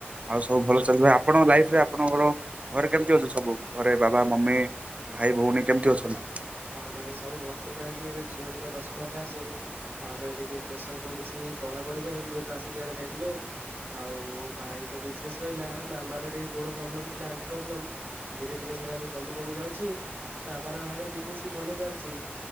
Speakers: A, on the right; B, on the right.
A: ଆଉ ସବୁ ଭଲ ଚାଲିିଛି ଭାଇ ଆପଣଙ୍କ ଲାଇଫ ରେ ଆପଣଙ୍କର ଘରେ କେମିତି ଅଛି ସବୁ ଘରେ ବାବା ମମି? ଭାଇ ଭଉଣୀ କେମିତି ଅଛନ୍ତି?
B: ହଁ ଭାଇ ସବୁ ଭଲ ଚାଲିଛି। ଏବେ ଝିଅର ତ ଦଶମ କ୍ଲାସ। ତା ପାଇଁ ଟିକେ ପ୍ରେସର ପଡୁଛି ପଢାପଢି ପାଇଁ ମୁଁ ତ ଆସିଲି ଆଡେ ବେଙ୍ଗାଲୋର। ଆଉ ଭାଇ ତ ବିଜନେସ ରହିଲା। ମାମାର ଟିକେ ଗୋଡ ପ୍ରୋବ୍ଲେମ ଥିଲା ଆଣ୍ଠୁ ପ୍ରୋବ୍ଲେମ। ଧୀରେ ଧୀରେ ସେଇଟା ବି କମି କମି ଯାଉଛି। ବାବାର ଭାଇର ବି ବିଜନେସ ଭଲ ଚାଲିଛି